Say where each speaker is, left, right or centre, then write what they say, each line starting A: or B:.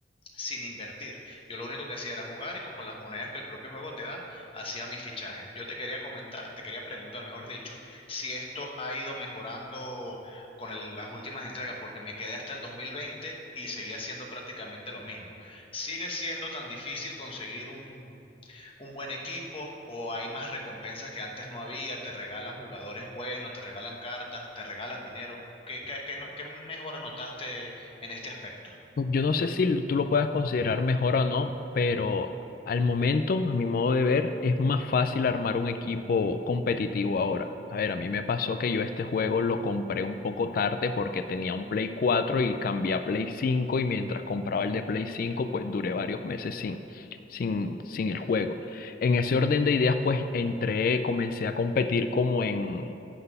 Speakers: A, on the left; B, on the left.
A: sin invertir. Yo lo único que hacía era jugar y con las monedas que el propio juego te da, hacía mis fichajes. Yo te quería comentar, te quería preguntar, mejor dicho, si esto ha ido mejorando con el- las últimas entregas, porque me quedé hasta el 2020 y seguía siendo prácticamente lo mismo. ¿Sigue siendo tan difícil conseguir un, un buen equipo o hay más recompensas que antes no había? ¿Te regalan jugadores buenos, te regalan cartas, te regalan dinero? ¿Qué, qué, qué no- qué mejora notaste en este aspecto?
B: Yo no sé si tú lo puedas considerar mejor o no, pero al momento, a mi modo de ver, es más fácil armar un equipo competitivo ahora. A ver, a mí me pasó que yo este juego lo compré un poco tarde porque tenía un Play 4 y cambié a Play 5 y mientras compraba el de Play 5 pues duré varios meses sin, sin, sin el juego. En ese orden de ideas, pues entré, comencé a competir como en